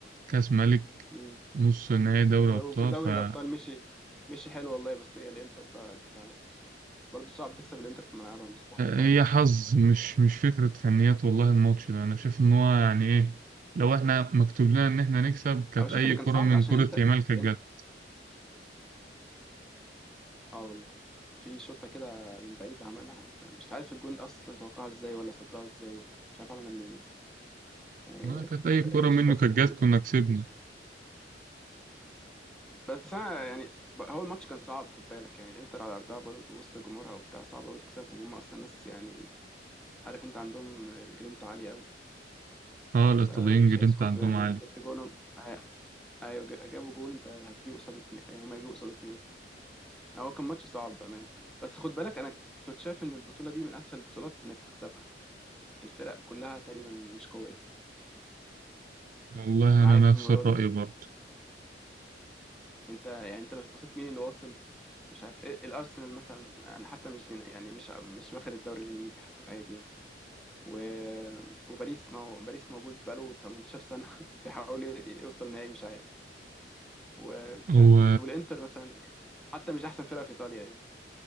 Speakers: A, on the right; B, in the centre.
A: كاس ملك
B: امم
A: نص نهائي دوري
B: وفي
A: أبطال
B: دوري
A: فهي
B: الابطال مشي مشي حلو والله بس هي الانتر بقى انت عارف برضه صعب تكسب الانتر في ملعبها مش سهل خالص
A: هي حظ مش مش فكرة فنيات والله الماتش ده أنا شايف إن هو يعني إيه لو إحنا مكتوب لنا إن إحنا نكسب كانت
B: انا بشوف
A: أي
B: ان كان
A: كرة
B: صعب
A: من
B: عشان
A: كرة
B: انت
A: يامال كانت
B: الانتر
A: جت
B: اه والله في شوطه كده من بعيد عملها يعني مش عارف الجون اصلا توقعها ازاي ولا صدها ازاي مش عارف عملها منين يعني
A: آه،
B: يعني
A: كانت
B: كنت
A: أي كرة
B: يعني
A: منه
B: شفتها في
A: كانت
B: الجون
A: جت كنا كسبنا
B: بس انا يعني ب- هو الماتش كان صعب خد بالك يعني الانتر على ارضها برضه وسط جمهورها وبتاع صعب قوي تكسبهم هم اصلا ناس يعني عارف انت عندهم الجرينتا عاليه قوي
A: أه الإيطاليين
B: مش
A: جرينتا
B: هيسكتوا
A: عندهم
B: يعني
A: عالي
B: لو انت جبت جونهم آه، ايوه ج- جابوا جول انت هتجيب قصاده اتنين- يعني هم هيجيبوا قصاده اتنين هو كان ماتش صعب بأمان بس خد بالك أنا كنت شايف إن البطولة دي من أسهل البطولات إنك تكسبها الفرق كلها تقريبا مش قوية
A: والله
B: معايا
A: أنا نفس
B: في الموضوع
A: الرأي
B: ده
A: برضه
B: أنت يعني أنت لو بصيت مين اللي واصل مش عارف إيه الأرسنال مثلا يعني حتى مش بين يعني مش مش واخد الدوري الإنجليزي حتى عادي يعني و... وباريس ما هو باريس موجود بقاله 18 سنة <laughs> بيحاول يوصل نهائي مش عارف ومش
A: هو
B: عارف والإنتر مثلا حتى مش أحسن فرقة في إيطاليا الإنتر